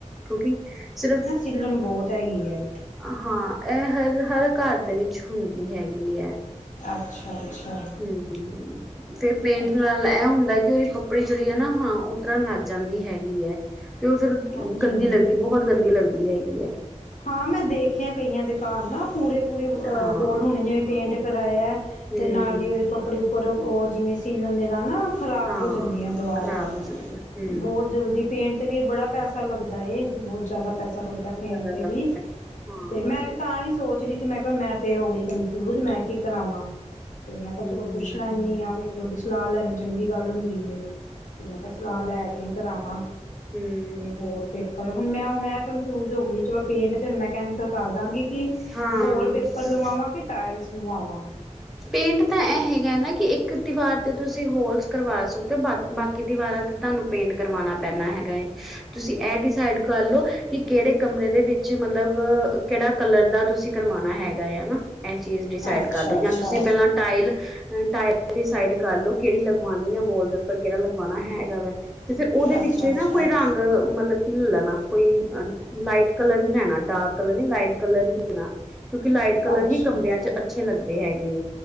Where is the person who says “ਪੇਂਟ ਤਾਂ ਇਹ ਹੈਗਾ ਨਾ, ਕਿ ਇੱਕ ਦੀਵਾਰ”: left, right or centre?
Centre